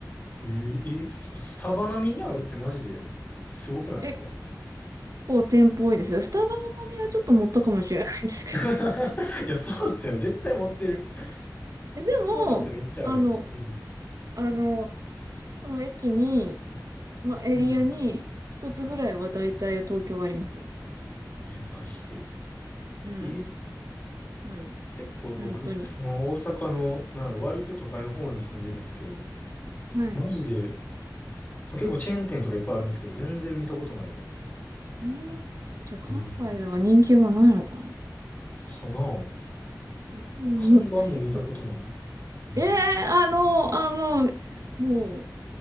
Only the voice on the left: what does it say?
えー、えーそスタバ並みにあるってマジですごくないですか
<laughs> いや、そうっすよね。絶対持ってる。
スタバってめっちゃあるもん。
うん。
うん。
えー、マジで。
えー、
結構僕、
その大阪の、なんやろ割と都会の方に住んでるんですけど、
マジで、そう、結構チェーン店とかいっぱいあるんですけど、全然見たことないの。
うん。かなあ
看板も見たことない。
うん。